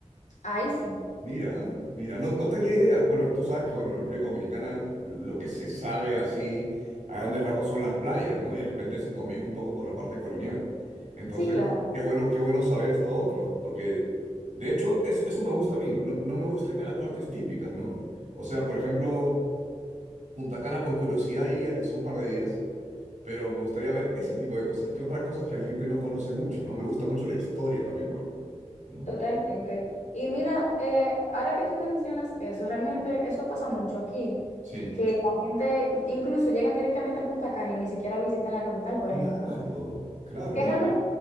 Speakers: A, on the left; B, on the right.
A: <laughs> ahí sí,
B: Mira, mira, no, no tenía idea. Bueno, tú sabes que, bueno, República Dominicana, lo que se sabe así a grandes rasgos son las playas, ¿no? Y de repente Santo Domingo un poco por la parte colonial. Entonces,
A: sí, claro,
B: qué bueno, qué bueno saber esto otro, porque de hecho es- eso me gusta a mí. No, no me gusta irme a las partes típicas, ¿no? O sea, por ejemplo... Punta Cana por curiosidad iría, que son un par de días, pero me gustaría ver ese tipo de cosas. ¿Qué otras cosas que la gente no conoce mucho, ¿no? Me gusta mucho la historia también, por ejemplo, ¿no?
A: totalmente. Y mira, eh, ahora que tú mencionas eso, realmente eso pasa mucho aquí,
B: Sí.
A: que la gente incluso llegan directamente a Punta Cana y ni siquiera visitan la capital, por
B: Claro,
A: ejemplo
B: claro,
A: que
B: me-
A: realmente